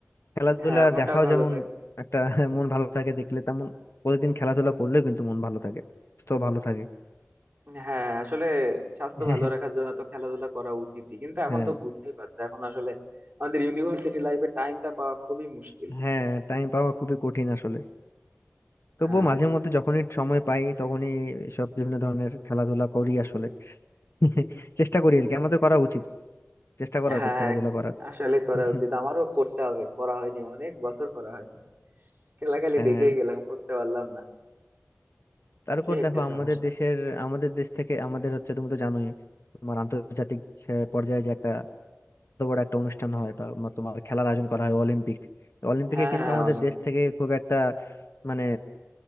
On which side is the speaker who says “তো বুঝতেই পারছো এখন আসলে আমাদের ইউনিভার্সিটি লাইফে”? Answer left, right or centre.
Right